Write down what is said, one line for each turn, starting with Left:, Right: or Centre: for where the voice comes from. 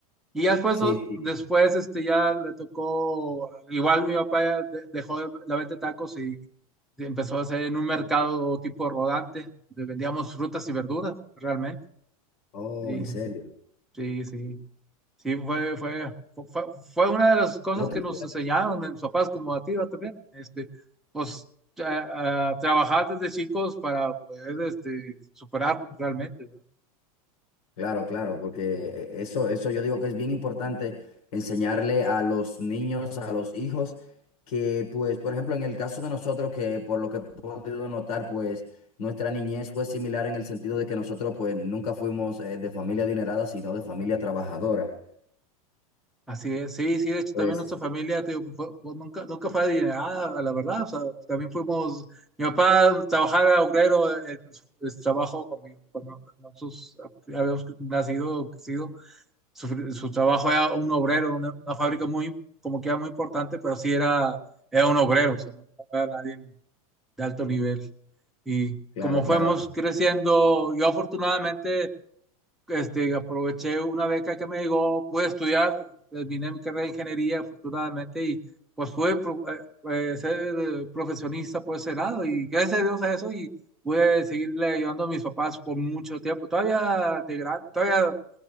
Centre: Y ya después,
Left: sí.
Centre: no,
Left: sí.
Centre: después este, ya le tocó, igual mi papá ya de- dejó de- la venta de tacos y empezó a hacer en un mercado tipo rodante, donde vendíamos frutas y verduras, realmente.
Left: Oh,
Centre: Sí,
Left: en serio.
Centre: sí, sí. Sí, fue, fue, fue, fue una de las cosas
Left: No te-
Centre: que nos enseñaron en mis papás como a ti ¿verdad? también. Este, pues a- a trabajar desde chicos para poder este, superarnos realmente, ¿no?
Left: Claro, claro, porque eh, eso, eso yo digo que es bien importante enseñarle a los niños, a los hijos, que pues, por ejemplo, en el caso de nosotros, que por lo que he podido notar, pues nuestra niñez fue similar en el sentido de que nosotros pues nunca fuimos eh, de familia adinerada, sino de familia trabajadora.
Centre: Así es, sí, sí, de hecho
Left: Pues,
Centre: también nuestra familia te digo, fue- fue- nunca, nunca fue adinerada, la verdad, o sea, también fuimos, mi papá trabajaba obrero, el, el trabajo cuando, cuando nosotros habíamos nacido, crecido, su, su trabajo era un obrero, una, una fábrica muy, como que era muy importante, pero sí era, era un obrero, o sea, no era nadie de alto nivel. Y
Left: claro,
Centre: como
Left: claro.
Centre: fuimos creciendo, yo afortunadamente este, aproveché una beca que me llegó, pude estudiar, terminé mi carrera de ingeniería afortunadamente y pues fue pues, ser eh, profesionista por ese lado y gracias a Dios a eso y pude seguirle ayudando a mis papás por mucho tiempo. Todavía de gran, todavía